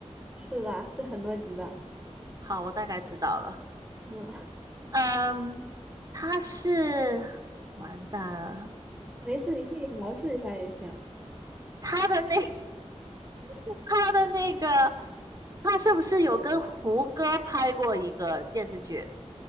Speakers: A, in the centre; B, on the right.
A: 是的，是很多集的。
B: 好，我大概知道了。
A: 嗯，
B: 嗯，她是完蛋了，
A: 没事，你可以描述一下也行。
B: 她的那 <laughs> 她的那个，她是不是有跟胡歌拍过一个电视剧？